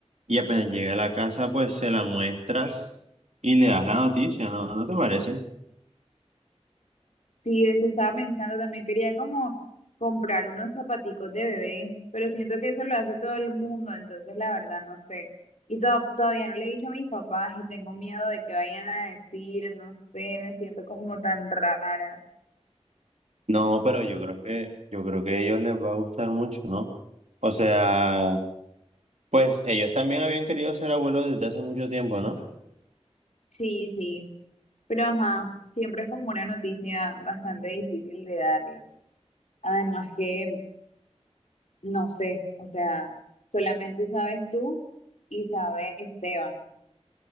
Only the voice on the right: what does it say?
Y apenas llegue a la casa, pues se la muestras y le das la noticia, ¿no? ¿No te parece?
No, pero yo creo que, yo creo que a ellos les va a gustar mucho, ¿no? O sea, pues ellos también habían querido ser abuelos desde hace mucho tiempo, ¿no?